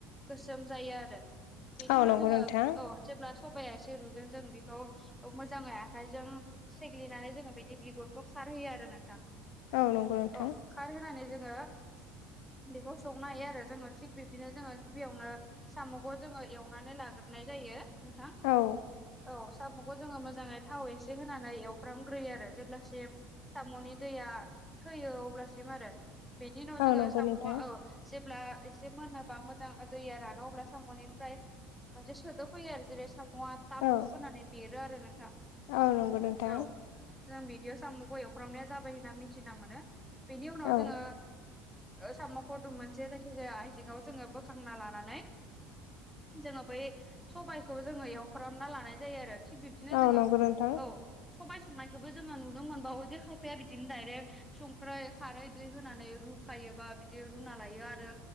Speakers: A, in the centre; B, on the left.
A: गोसोम जायो आरो। बेनि
B: औ
A: उनाव
B: नंगौ
A: जोङो
B: नोंथां
A: औ जेब्ला सबाया एसे रुइगोन जों बेखौ मोजाङै आखाइजों सेग्लिनानै जोङो बेनि बिगुरखौ खारहोयो आरो नोंथां।
B: औ नंगौ नोंथां।
A: औ खारहोनानै जोङो बेखौ संनो हायो आरो जोङो थिग बिब्दिनो जोङो गिबियावनो साम'खौ जोङो एवनानै लाग्रोनाय जायो नोंथां
B: औ
A: औ साम' खौ जोङो मोजाङै थाव एसे होनानै एवफ्रामग्रोयो आरो जेब्लासिम साम'नि दैया थैयो अब्लासिम आरो बेनि उनाव
B: औ
A: जोङो
B: नंगौ
A: साम'आ
B: नोंथां
A: औ जेब्ला एसे मोनोबा मोजां दैया रानो अब्ला साम'निफ्राय मोनसे सोदोब फैयो आरो जेरै- साम'आ टाब
B: औ
A: थुुब होनानै बेरो आरो नोंथां
B: औ नंगौ नोंथां
A: औ जों बिदियाव सामुखौ एवफ्रामनाया जाबाय होनना मिथिना मोनो बेनि उनाव
B: औ
A: जोङो ओ साम'खौ दुम मोनसे जायखिजाया आइजेङाव जोङो बोखांना लानानै जोङो बै सबाइखौ जोङो एवफ्रामना लानाय जायो आरो थिग बिब्दिनो
B: औ
A: जोङो
B: नंगौ नोंथां
A: औ सबाय संनायखौबो जोङो नुनो मोनबावो जे खायफाया बिदिनो दायरेक्ट संख्रै खारै दै हो नानै रुखायो बा बिदि रुना लायो आरो